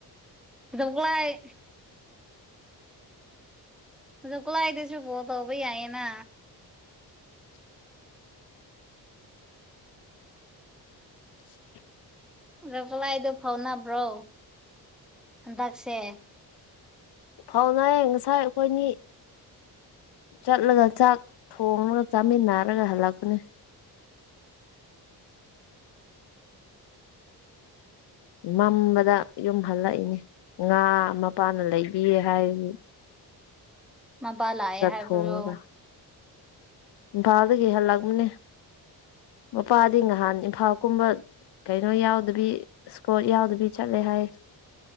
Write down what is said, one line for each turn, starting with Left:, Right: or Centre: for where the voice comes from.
Centre: ꯀꯗꯣꯛ ꯂꯩꯥꯏ ꯑ ꯈꯨꯂꯥꯏꯗꯁꯨꯕꯣ ꯇꯧꯕ ꯌꯥꯏꯌꯦꯅ
Left: <inaudible>
Centre: ꯗ ꯈꯨꯂꯥꯏꯗꯨ ꯐꯥꯎꯅꯕ꯭ꯔꯣ ꯍꯟꯗꯛꯁꯦ
Left: ꯐꯥꯎꯅꯌꯦ ꯉꯁꯥꯏ ꯑꯩꯈꯣꯏꯅꯤ ꯆꯠꯂꯒ ꯆꯥꯛ ꯊꯣꯡꯉꯒ ꯆꯥꯃꯤꯟꯅꯔꯒ ꯍꯜꯂꯛꯄꯅꯦ ꯃꯝꯕꯗ ꯌꯨꯝ ꯍꯜꯂꯛꯏꯅꯤ ꯉꯥ ꯃꯄꯥꯅ ꯂꯩꯕꯤ ꯍꯥꯏꯗꯤ
Centre: ꯃꯄꯥ ꯂꯌꯦ ꯍꯥꯏꯕ꯭ꯔꯣ
Left: ꯊꯣꯡꯉꯒ ꯏꯝꯐꯥꯜꯗꯒꯤ ꯍꯜꯂꯛꯅꯦ ꯃꯄꯥꯗꯤ ꯅꯍꯥꯟ ꯏꯝꯐꯥꯜ ꯀꯨꯝꯕ ꯀꯩꯅꯣ ꯌꯥꯎꯗꯕꯤ ꯁꯀꯣꯜ ꯌꯥꯎꯗꯕꯤ ꯆꯠꯂꯦ ꯍꯥꯏ